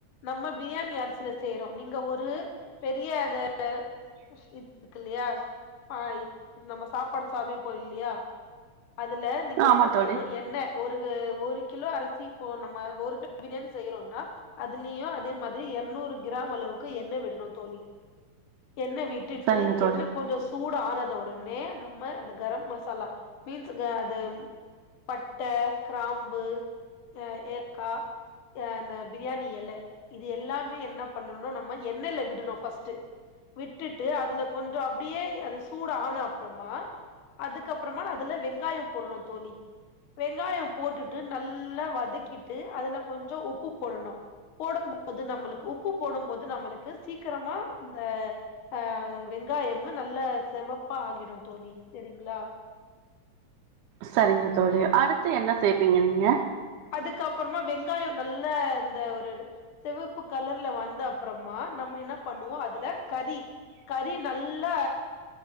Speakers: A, on the left (about 65°); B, on the right (about 85°).
A: நம்ம பிரியாணி அரிசில செய்றோ நீங்க ஒரு பெரிய அத இஷ் இத்துக்குலையா ஆ இத் நம்ம சாப்பாடு சாவி பொய்ல்லியா அதுல நீங்க
B: ஆமா
A: என்னனு பண்ணணு
B: தோழி
A: என்ன ஒருகு ஒரு கிலோ அரிசி இப்போ நம்ம ஒரு கிலோ பிரியாணி செய்யறோனா அதுலியு அதே மாதிரி யர்நூறு கிராம் அளவுக்கு எண்ணெ விடணு தோழி எண்ண விட் டிட்டுட்டு
B: சரிங்க தோழி
A: என்ன கொஞ்சோ சூட் ஆரத உடனே நம்ம அந்த கரம் மசாலா பீன்ஸுக அதெம் பட்ட க்ராம்பு எ ஏக்கா எ ந்த பிரியாணி எலே இது எல்லாமே என்ன பண்ணுனு நம்ம எண்ணெய்ல விடணு ஃபஸ்ட்டு விட்டுட்டு அதுல கொஞ்சோ அப்டியேய் அது சூட் ஆன அப்றம்மா அதுக்கப்பறமா நா அதுல வெங்காயோ போடணு தோழி வெங்காயோ போட்டுட்டு நல்லா வதக்கிட்டு அதுல கொஞ்சோ உப்பு போடணு போடும் ப்து நம்ளுக்கு உப்பு போடும் போது நம்மளுக்கு சீக்ரமா இந்த ஆ வெங்காயம்மு நல்லா செவப்பா ஆகிடு தோழி சரிங்ளா
B: சரிங்க தோழி அடுத்து என்ன சேப்பீங்க நீங்க
A: அதுக்கப்பற்மா வெங்காயோ நல்ல இந்த ஒருரு சிவப்பு கலர்ல வந்த அப்பறமா நம்ம என்ன பண்ணுவோ அதுல கறி கறி நல்லா